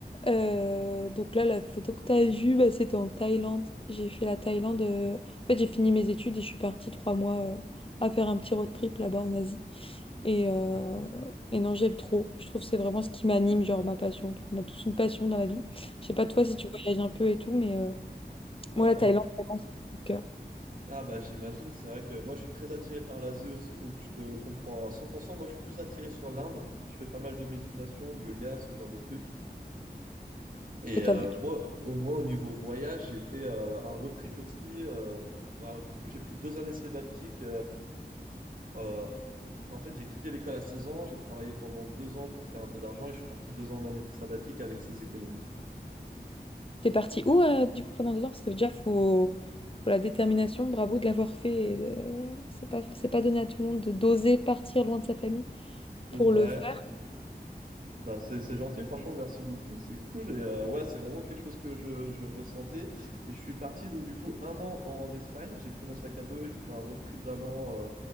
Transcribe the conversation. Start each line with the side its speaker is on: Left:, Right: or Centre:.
Left: Euh, donc là, la photo que t'as vue, bah, c'était en Thaïlande. J'ai fait la Thaïlande. euh, En fait, j'ai fini mes études et je suis partie trois mois euh, à faire un petit road trip là-bas en Asie. Et, euh, et non, j'aime trop. Je trouve que c'est vraiment ce qui m'anime, genre ma passion. On a tous une passion dans la vie. Je sais pas
Right: Ouais.
Left: toi si tu voyages un peu et tout, mais euh,
Right: Alors
Left: moi la Thaïlande,
Right: du
Left: vraiment, c'est mon coup de cœur.
Right: ah bah j'imagine, c'est vrai que moi je suis très attiré par l'Asie aussi, donc je te comprends à 100%. Moi je suis plus attiré sur l'Inde. Je fais pas mal de méditation, de yoga, ce genre de trucs. Et
Left: Et
Right: euh,
Left: t'as vu-
Right: moi, au, moi, au niveau voyage, j'ai fait euh, un road trip aussi. euh, alors, du coup, j'ai pris deux années sabbatiques Euh, en fait, j'ai quitté l'école à 16 ans, j'ai travaillé pendant deux ans pour me faire un peu d'argent et je suis parti deux ans en année sabbatique avec ces économies.
Left: T'es parti où euh, du coup pendant deux ans? Parce que déjà, faut, faut la détermination, bravo de l'avoir fait. et, euh, c'est pas, c'est pas donné à tout le monde de d'oser partir loin de sa famille
Right: Ouais,
Left: pour le faire.
Right: bah c'est c'est gentil, franchement, merci beaucoup, c'est cool. Et euh, ouais, c'est vraiment quelque chose que je, je ressentais. Et je suis parti donc du coup un an en Espagne, j'ai pris mon sac à dos et j'ai fait un road trip d'un an. euh,